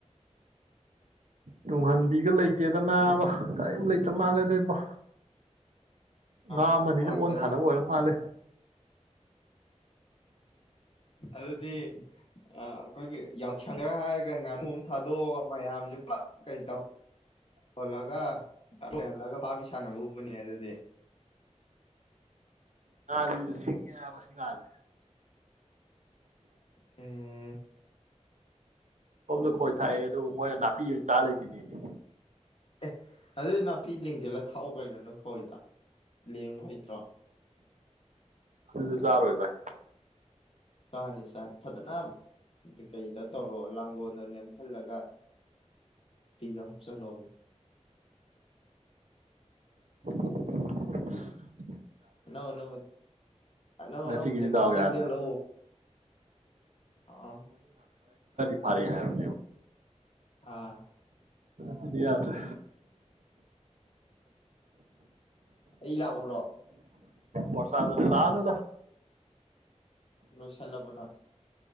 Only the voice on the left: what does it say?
ꯑꯆꯧꯕ
ꯉꯥꯛꯇ
ꯂꯩꯕ
ꯑꯗꯨꯗꯤ ꯑꯩꯈꯣꯏꯒꯤ ꯌꯥꯎꯁꯪꯗ ꯍꯥꯏꯔꯒ ꯉꯥꯅꯨ ꯑꯃ ꯊꯥꯗꯣꯛꯑꯒ ꯃꯌꯥꯝꯁꯦ ꯄꯨꯂꯞ ꯀꯩ ꯇꯧ ꯌꯜꯂꯒ ꯌꯍꯜꯂꯒ ꯐꯥꯕꯤ ꯁꯥꯟꯅꯕ ꯒꯨꯝꯕꯅꯤꯅꯦ ꯑꯗꯨꯗꯤ
ꯎꯝ
ꯑꯦ ꯑꯗꯨ ꯅꯥꯄꯤ ꯂꯦꯡꯖꯜꯂ ꯊꯥꯎꯑꯣ ꯀꯩꯅꯗꯅ ꯍꯣꯏꯗ ꯂꯦꯡꯕ ꯍꯥꯏ ꯠꯇ꯭ꯔꯥ
ꯁꯅꯤ ꯁꯅꯤ ꯐꯠꯇꯅꯥꯝ ꯀꯩꯗ ꯇꯧꯔꯣ ꯂꯥꯡꯣ ꯅꯦꯝꯍꯜꯂꯒ ꯖꯤꯍꯝꯁꯍꯂꯣ
ꯅ ꯅ ꯅ
ꯅ ꯄꯦꯛꯇ
ꯂ ꯑ
ꯑꯥ
ꯑꯩ ꯂꯥꯛꯎꯔꯣ
ꯂꯣꯏꯁꯜꯂꯕꯣꯅꯣꯏ